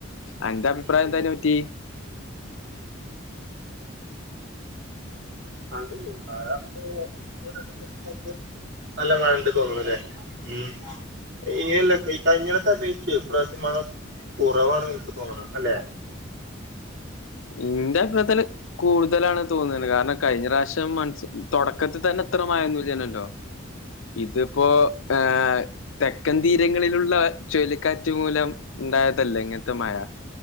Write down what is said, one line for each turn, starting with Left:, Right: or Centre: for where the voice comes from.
Left: അന്റെ അഭിപ്രായം
Right: ഉം
Left: എന്തയിനെപറ്റി
Right: <unintelligible> നല്ല മഴേണ്ട് തോന്നണുല്ലേ ഉം- ഏയല്ല കയ്ഞ്ഞവർഷത്തെപെയ്ത്ത് ഇപ്രാശ മഴ- കുറവാണ് നിനക്ക് തോന്നണെ അല്ലെ-
Left: ഇന്റെ അഭിപ്രായത്തില് കൂടുതലാണ് തോന്നണ് കാരണം കഴിഞ്ഞ പ്രാശ്യം മൺസൂ തൊടക്കത്തിതന്നെ ഇത്ര മയൊന്നില്ലൃനല്ലോ? ഇതിപ്പോആ തെക്കൻ തീരങ്ങളിൽ- ലൂള്ള ചുഴലിക്കാറ്റ് മൂലം ഉണ്ടായതല്ലെ ഇങ്ങൻത്തെ മഴ-